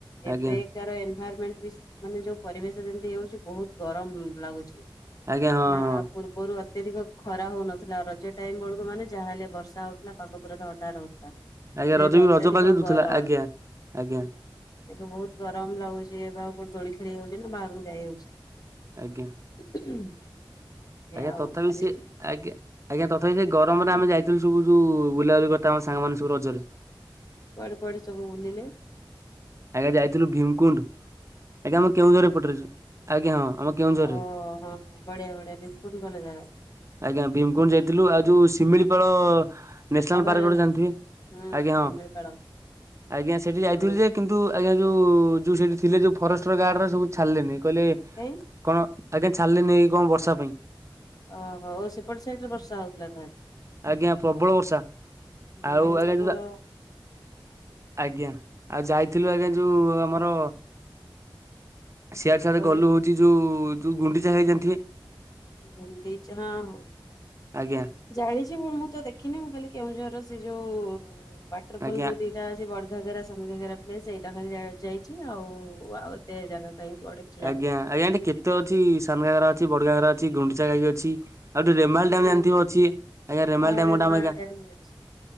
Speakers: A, on the left (about 45°); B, on the right (about 35°).
A: ଏବେକାର
B: ଆଜ୍ଞା
A: ଏନଦ୍ଭାରମେଣ୍ଟ ବିସ୍‌ ମାନେ ଯୋଉ ପରିବେଶ ଯେମତି ଇଏ ହଉଚି ବହୁତ ଗରମ ଲାଗୁଛି।
B: ଆଜ୍ଞା ହଁ
A: ନା
B: ହଁ
A: ଆ ପୂର୍ବରୁ ଅତ୍ୟଧିକ ଖରା ହଉନଥିଲା। ରଜ ଟାଇମ ବେଳକୁ ମାନେ ଯାହା ହେଲେ ବର୍ଷା ହଉ ଥିଲା ପାଗ ପୁରା ଥଣ୍ଡା ରହୁଥିଲା,
B: ଆଜ୍ଞା
A: ଏ
B: ରଜ
A: ଏବେ
B: ବି
A: ଅତ୍ୟଧିକ
B: ରଜ ପାଗେଇ ଦଉଥିଲା
A: ଗରମ।
B: ଆଜ୍ଞା। ଆଜ୍ଞା
A: ଏବେ ବହୁତ ଗରମ ଲାଗୁଚି। ଏବେ ଆଉ କୋଉ ଦୋଳି ଖେଳି ହଉଚ଼ି ନା ବାହାରକୁ ଯାଇ ହଉଛି।
B: ଆଜ୍ଞା।
A: <unintelligible> ଏଇଆ
B: ଆଜ୍ଞା
A: ଆଉ
B: ତଥାପି
A: ଖାଲି
B: ସେଏ ଆଜ୍ଞା ଆଜ୍ଞା ତଥାପି ସେ ଗରମରେ ଆମେ ଯାଇଥିଲୁ ସବୁ। ଯୋଉ ବୁଲାବୁଲି କରିତେ ଆମ ସାଙ୍ଗ ମାନେ ସବୁ ରଜରେ।
A: କୁଆଡେ କୁଆଡେ ସବୁ ବୁଲିଲେ।
B: ଆଜ୍ଞା ଯାଇଥିଲୁ ଭୀମକୁଣ୍ଡ। ଆଜ୍ଞା ଆମ କେଉଁଝର ଏପଟରେ ସେ ଆଜ୍ଞା ହଁ। ଆମ କେଉଁଝରରେ
A: ଓହୋ ବଢିଆ ବଢିଆ ଭିମ୍କୁଣ୍ଡ ଭଲ ଜାଗା।
B: ଆଜ୍ଞା ଭୀମ୍କୁଣ୍ଡ ଯାଇଥିଲୁ ଆଉ ଯୋଉ ଶିମିଳିପାଳ ନ୍ୟାସନାଲ୍
A: ଅଭୟାରଣ୍ୟ
B: ପାର୍କ ଗୋଟେ ଜାଣିଥିବେ।
A: ହୁଁ
B: ଆଜ୍ଞା
A: ଶିମିଳିପାଳ
B: ହଁ ଆଜ୍ଞା ସେଟିଯାଇଥିଲୁ
A: ହୁଁ
B: ଯେ କିନ୍ତୁ ଆଜ୍ଞା ଯୋଉ ଯୋଉ ସେଇଠି ଥିଲେ ଯୋଉ ଫରେଷ୍ଟର ଗାର୍ଡଉର ସବୁ ଛାଡ଼ିଲେନି କଇଲେ
A: ଦେଇ।
B: କଣ ଆଜ୍ଞା ଛାଡିଲେନି ଏଇ କଣ ବର୍ଷା ପାଇଁ।
A: ଓହୋ ସେପଟେ ସାଇଟିରେ ବର୍ଷା ହଉଥିଲା ତାହେଲେ।
B: ଆଜ୍ଞା ପ୍ରବ ପ୍ରବଳ ବର୍ଷା
A: ନାଇଁ
B: ଆଉ ଆଜ୍ଞା
A: ଆମର
B: ଯୋଉ ଯା ଆଜ୍ଞା ଆଉ ଯାଇ ଥିଲୁ ଆଜ୍ଞା ଯୋଉ ଆମର ସିଆଡ଼େ ସିଆଡେ
A: କୁଆଡେ
B: ଗଲୁ। ଏଠି ଯୋଉ ଯୋଉ ତୁ ଗୁଣ୍ଡିଚାହେଇଜାଣିଥିବେ।
A: ଗୁଣ୍ଡିଚ ହଁ ହଁ।
B: ଆଜ୍ଞା
A: ଜାଇଛି ମୁଁ ତ ଦେଖିନି, ମୁଁ କଇଲି କେଉଁଝର ସେ ଯୋଉ ୱାଟରଫଲ
B: ଆଜ୍ଞା
A: ଯୋଉ ଦି ସେଟା ଅଛି ବଡଘାଗେରା ସାନ ଘାଘେରା ପ୍ଲେସ୍ ସେଇଟା ଖାଲି ଯାଇଛି। ଆଉ ଆଉ ଏତେ ଜାଗା କାଇଁ ପଡେ଼କି
B: ଆଜ୍ଞା। ଆଜ୍ଞା ଏଠି କେତେ ଅଛି, ସାନ ଘାଗରା ଅଛି, ବଡଘାଗରା ଅଛି, ଗୁଣ୍ଡିଚାଘାଇ ବି ଅଛି? ଆଉ ଏଠି ରେମାଲ
A: ଉଁ,
B: ଡ୍ୟାମ୍ ଜାଣିଥିବ ଅଛି? ଆଜ୍ଞା ରେମାଲ
A: ଆଉ
B: ଡ୍ୟାମ୍
A: ରେମାଳ
B: ଗୋଟେ ଆମ ଗାଁ
A: ଡ୍ୟାମ ଯାଇଛି